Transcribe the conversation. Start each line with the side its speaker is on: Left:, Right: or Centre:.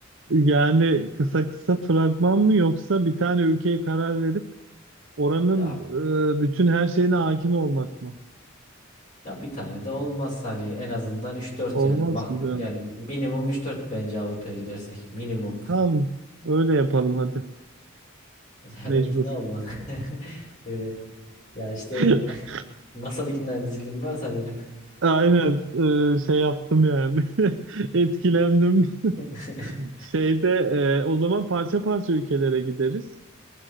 Right: Yani kısa kısa fragman mı yoksa bir tane ülkeye karar verip oranın
Left: Ya
Right: e, bütün her şeyine hakim olmak mı?
Left: ya bir tane de olmaz hani en azından üç dört
Right: Olmaz
Left: yani mak-
Right: mı diyorum.
Left: yani minimum üç dört bence Avrupa'ya gidersek minimum.
Right: Tamam öyle yapalım hadi.
Left: <laughs> Hemen
Right: Mecbur.
Left: ikna oldun. <laughs> Ee, ya işte
Right: <laughs>
Left: nasıl ikna ediciliğim varsa benim.
Right: Aynen e, şey yaptım yani <laughs> etkilendim.
Left: <laughs>
Right: Şeyde e, o zaman parça parça ülkelere gideriz.